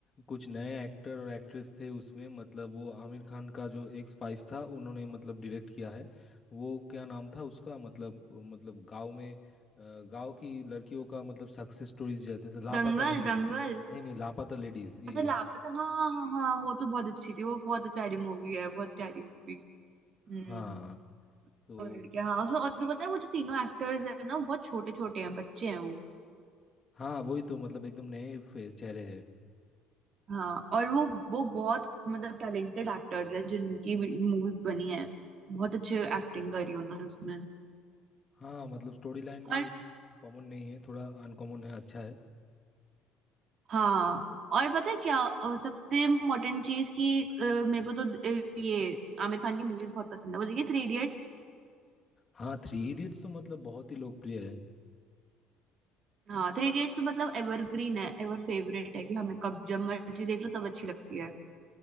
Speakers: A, on the left; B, on the right.
A: कुछ नए एक्टर और एक्ट्रेस थे उसमें मतलब वो आमिर खान का जो एक्स फाइव था उन्होंने मतलब डायरेक्ट किया है वो क्या नाम था उसका मतलब मतलब गांव में अ, गांव की लड़कियों का मतलब सक्सेस स्टोरीज जैसे से लापता
B: दंगल
A: लेडीज
B: दंगल
A: नहीं नहीं लापता लेडीज ये
B: अच्छा लापता हाँ हाँ हाँ वो तो बहुत अच्छी थी वो बहुत प्यारी मूवी है बहुत प्यारी मूवी हम्म
A: हाँ तो
B: और लड़कियां हाँ उसमें और तो पता है वो जो तीनों एक्टर्स हैं ना वो बहुत छोटे छोटे हैं बच्चे हैं वो
A: हाँ वही तो मतलब एकदम नए फे- चेहरे हैं
B: हाँ और वो वो बहुत मतलब टैलेंटेड एक्टर्स हैं जिनकी मूवी बनी है बहुत अच्छे एक्टिंग करी उन्होंने उसमें
A: हाँ मतलब स्टोरी लाइन भी
B: और
A: उतना कॉमन नहीं है थोड़ा अनकॉमन है अच्छा है
B: हाँ और पता है क्या अ, सबसे इम्पोर्टेंट चीज की मेरे को तो अ, ये आमिर खान की मूवीज बहुत पसंद है वो देखिए थ्री
A: हाँ थ्री इडियट्स तो मतलब बहुत ही लोकप्रिय है
B: हाँ थ्री इडियट्स तो मतलब एवरग्रीन है एवर फेवरेट है कि हमें कब जब मर्जी देख लो तब अच्छी लगती है